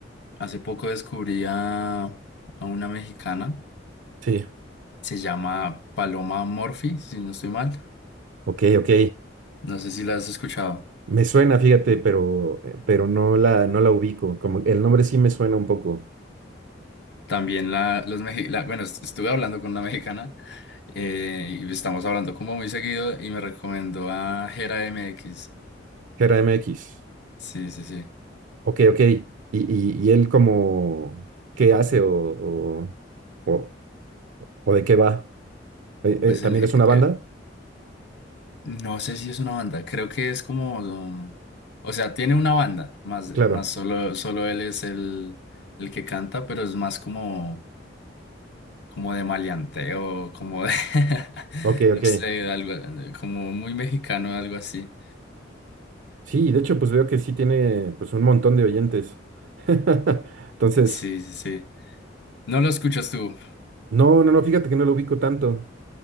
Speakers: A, on the left; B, on the right.
A: hace poco descubrí a, a una mexicana,
B: Sí.
A: se llama Paloma Murphy, si no estoy mal.
B: Ok, ok.
A: No sé si la has escuchado.
B: Me suena, fíjate, pero, eh, pero no la, no la ubico. Como el nombre sí me suena un poco.
A: También la, los mexi- la- bueno, est- estuve hablando con una mexicana eh, y estamos hablando como muy seguido y me recomendó a Gera MX.
B: Gera MX.
A: Sí, sí, sí.
B: Ok, ok. ¿Y, y, y él como qué hace o, o, o- o de qué va? Eh, eh,
A: Pues
B: ¿también
A: el, Ge-
B: es una banda?
A: el- no sé si es una banda, creo que es como, um, o sea, tiene una banda, más,
B: Claro.
A: más solo, solo él es el, el que canta, pero es más como como de maleanteo, como de, <laughs>
B: Ok,
A: no
B: ok.
A: sé, algo, como muy mexicano, algo así.
B: Sí, de hecho, pues veo que sí tiene pues un montón de oyentes. <laughs> Entonces,
A: Sí, sí, sí. No lo escuchas tú.
B: no, no, no, fíjate que no lo ubico tanto.